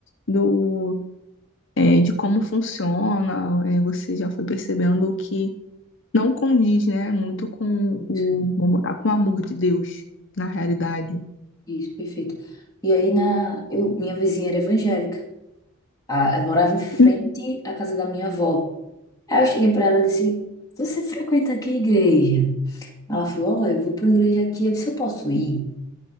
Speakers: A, on the left; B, on the left.
A: do. é, de como funciona, é, você já foi percebendo que não condiz, né, muito com o,
B: isso,
A: vamos botar, com o amor de Deus, na realidade.
B: isso, perfeito. E aí na, eu, minha vizinha era evangélica. Ah, eu morava em frente
A: <laughs>
B: à casa da minha avó. Aí eu cheguei pra ela e disse: Você frequenta que igreja? Ela falou: Ó, eu vou pra igreja aqui. Eu disse: Eu posso ir?